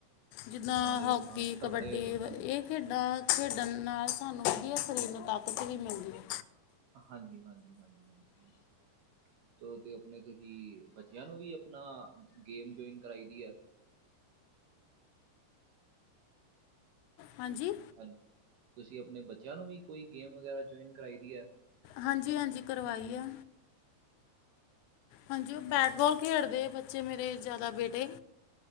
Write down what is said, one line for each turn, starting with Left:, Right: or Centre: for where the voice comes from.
Left: ਜਿੱਦਾਂ
Right: ਨਾਲੇ
Left: ਹਾਕੀ
Right: ਆਪਨਾ ਤਗੜੇ
Left: ਕਬੱਡੀ
Right: ਰੈਂਦਾ
Left: ਵ-
Right: ਏ ਬੰਦਾ।
Left: ਇਹ ਖੇਡਾਂ ਖੇਡਣ ਨਾਲ ਸਾਨੂੰ ਵਧੀਆ ਸਰੀਰ ਨੂੰ ਤਾਕਤ ਵੀ ਮਿਲਦੀ ਐ।
Right: ਹਾਂਜੀ ਹਾਂਜੀ ਹਾਂਜੀ ਹਾਂਜੀ, ਤੇ ਓਹ ਤੇ ਆਪਣੇ ਤੁਹੀ ਬੱਚਿਆਂ ਨੂੰ ਵੀ ਨਾ ਗੇਮ ਜੋਇਨ ਕਰਾਈ ਦੀ ਆ।
Left: ਹਾਂਜੀ?
Right: ਹੈਂਲੋ, ਤੁਸੀ ਆਪਨੇ ਬੱਚਿਆਂ ਨੂੰ ਵੀ ਕੋਈ ਗੇਮ ਵਗੈਰਾ ਜੋਇਨ ਕਰਆਈ ਦੀ ਐ।
Left: ਹਾਂਜੀ ਹਾਂਜੀ, ਕਰਵਾਈ ਐ। ਹਾਂਜੀ ਉਹ ਬੈਟ ਬੋਲ ਖੇਡਦੇ ਬੱਚੇ ਮੇਰੇ ਜਿਆਦਾ ਬੇਟੇ।